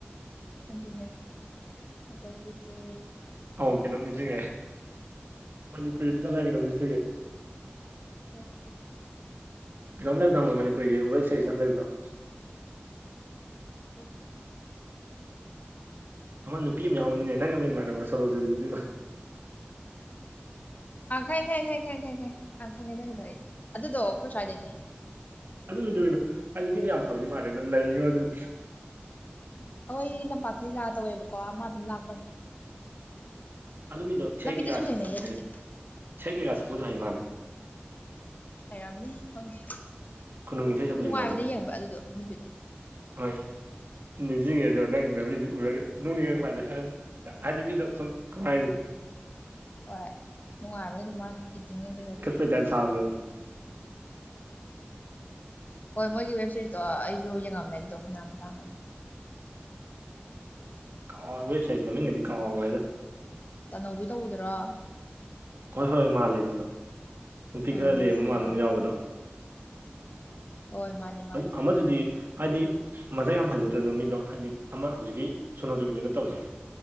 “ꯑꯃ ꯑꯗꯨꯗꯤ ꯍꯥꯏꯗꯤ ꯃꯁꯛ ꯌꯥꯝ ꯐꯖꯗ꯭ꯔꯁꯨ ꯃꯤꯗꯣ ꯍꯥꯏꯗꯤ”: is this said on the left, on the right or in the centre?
Right